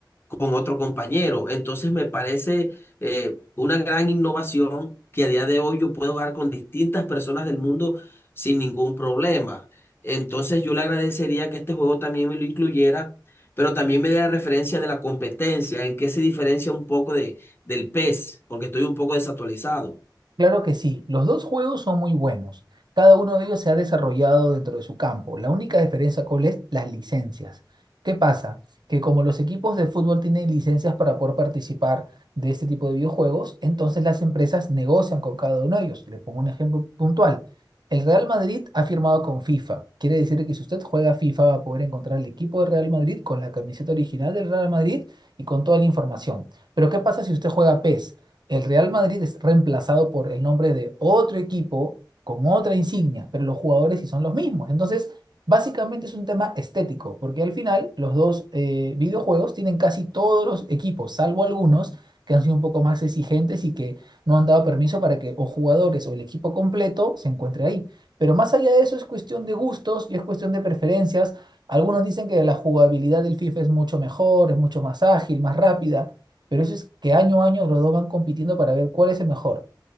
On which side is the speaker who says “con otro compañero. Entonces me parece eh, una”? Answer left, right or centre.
Left